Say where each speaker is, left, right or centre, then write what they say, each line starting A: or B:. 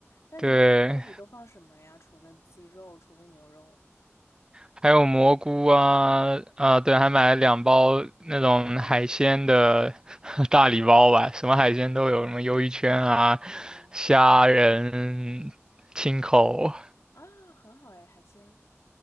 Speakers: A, on the left; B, on the right.
A: 那你们火锅里都放什么呀？
B: 对，
A: 除了鸡肉，除了牛肉？
B: 还有蘑菇啊，啊对，还买了两包那种海鲜的 <laughs> 大礼包吧，什么海鲜都有，什么鱿鱼圈啊、
A: 我哦，
B: 虾仁、青口。
A: 啊，很好诶，海鲜。